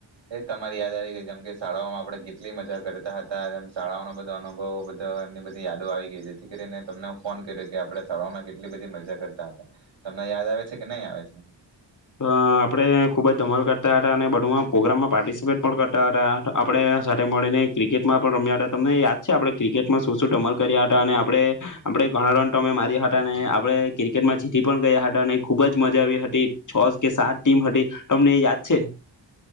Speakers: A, on the right (about 80°); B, on the left (about 45°).
A: એ તમારી યાદ આવી ગઈ જેમ કે શાળાઓમાં આપડણે કેટલી મજા કરતા હતા જેમ શાળાઓનો બધો અનુભવો બધો એમની બધી યાદો આવી ગઈ જેથી કરીને તમને હું ફોન કર્યો કે આપણે શાળાઓમાં કેટલી બધી મજા કરતા હતા. તમને યાદ આવે છે કે નહી આવે છે?
B: આપડણે ખુબ જ ધમલ કરતા હતા અને બધમાં પ્રોગ્રામમાં પાર્ટિસિપેટ પણ કરતા હતા આપડ સાથે મળીને ક્રિકેટમાં પણ રમ્યા હતા તમને યાદ છે આપણે ક્રિકેટમાં શું શું ધમલ કર્યા હતા અને આપણે, આપણે ઘણા રન તમે માર્યા હતા અનેને આપણે ક્રિકેટમાં જીતી પણ ગયા હતા અને ખૂબ જ મજા આવી હતી. છ કે સાત ટીમ હતી, તમને યાદ છે?